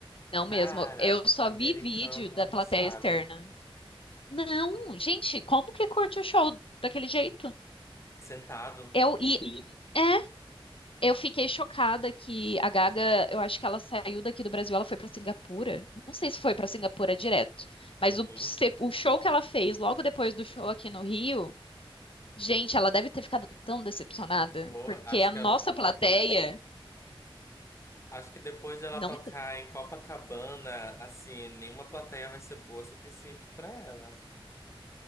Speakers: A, on the left (about 70°); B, on the left (about 30°).
A: Não
B: Cara,
A: mesmo. Eu só
B: americano
A: vi vídeo da
B: não
A: plateia
B: sabe.
A: externa. Não, gente, como que curte o show daquele jeito?
B: Sentado.
A: Eu e é, eu fiquei chocada que a Gaga, eu acho que ela saiu daqui do Brasil, ela foi pra Singapura. Não sei se foi pra Singapura direto, mas
B: Uhum.
A: o, se- o show que ela fez logo depois do show aqui no Rio, gente, ela deve ter ficado tão decepcionada,
B: Pô,
A: porque
B: acho
A: a
B: que
A: nossa
B: ela,
A: plateia
B: acho que depois dela
A: não,
B: tocar em Copacabana, assim, nenhuma plateia vai ser boa o suficiente pra ela.